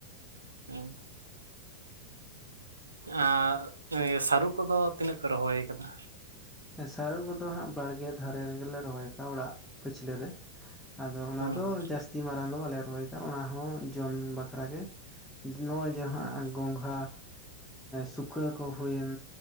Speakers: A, on the right; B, in the centre.
A: ᱦᱮᱸ᱾ ᱟᱻ ᱥᱟᱹᱨᱩ ᱠᱚᱫᱚ ᱛᱤᱱᱟᱹᱜ ᱯᱮ ᱨᱚᱦᱚᱭ ᱠᱟᱫᱟ᱾
B: ᱥᱟᱹᱨᱩ ᱠᱚᱫᱚ ᱦᱟᱸᱜ ᱵᱟᱲᱜᱮ ᱫᱷᱟᱨᱮ ᱠᱟᱜ ᱚᱲᱟᱜ ᱯᱟᱹᱪᱷᱞᱟᱹ ᱨᱮ ᱟᱫᱚ ᱚᱱᱟ
A: ᱦᱩᱸ
B: ᱫᱚ
A: ᱦᱩᱸ
B: ᱡᱟᱹᱥᱛᱤ ᱢᱟᱨᱟᱝ ᱫᱚ ᱵᱟᱞᱮ ᱨᱚᱦᱚᱭ ᱠᱟᱜᱼᱟ᱾ ᱚᱱᱟ ᱦᱚᱸ ᱡᱚᱢ ᱵᱟᱠᱷᱨᱟ ᱜᱮ᱾ ᱱᱚᱜᱼᱚᱭ ᱡᱮᱦᱟᱜ
A: ᱦᱮᱸ
B: ᱜᱚᱝᱜᱷᱟ ᱥᱩᱠᱟᱹ ᱠᱚ ᱦᱩᱭᱮᱱ